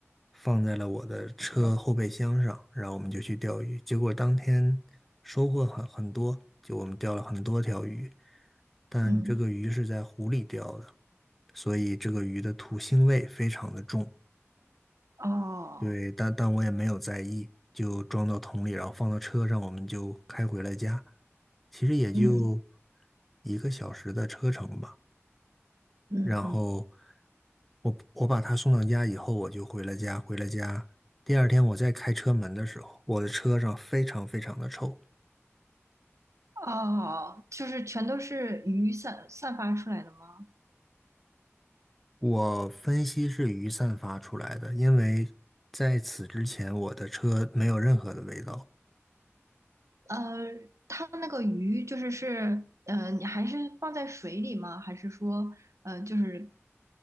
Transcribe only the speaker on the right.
嗯，
哦，
嗯
嗯嗯，
哦，就是全都是鱼散散发出来的吗？
呃，它那个鱼就是是，呃，你还是放在水里吗？还是说，呃，就是